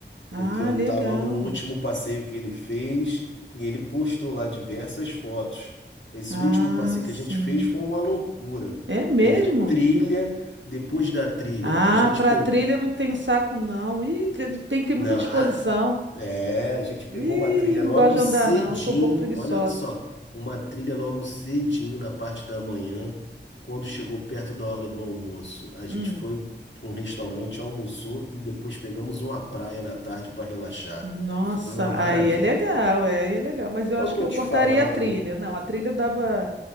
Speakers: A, on the right (about 80°); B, on the left (about 80°).
A: Ah,
B: porque eu
A: legal.
B: estava no último passeio que ele fez e ele postou lá diversas fotos. Esse
A: Ah,
B: último passeio
A: sim.
B: que a gente fez foi uma loucura.
A: É mesmo?
B: Teve trilha, depois da trilha,
A: Ah,
B: a gente
A: para
B: pegou.
A: trilha eu não tenho saco, não. Ih, te- tem que ter
B: Não,
A: muita disposição.
B: é, a gente pegou
A: Ih,
B: uma trilha
A: não
B: logo
A: gosto de
B: cedinho,
A: andar, não. Sou um pouco preguiçosa.
B: olha só, uma trilha logo cedinho na parte da manhã, quando chegou perto da hora do almoço. A gente
A: Hum.
B: foi para um restaurante, almoçou e depois pegamos uma praia na tarde para relaxar.
A: Nossa,
B: Foi uma maravilha.
A: aí é legal, é, aí é legal. Mas eu
B: Eu
A: acho
B: tô
A: que eu
B: te
A: cortaria
B: falando,
A: a trilha. Não, a trilha eu dava,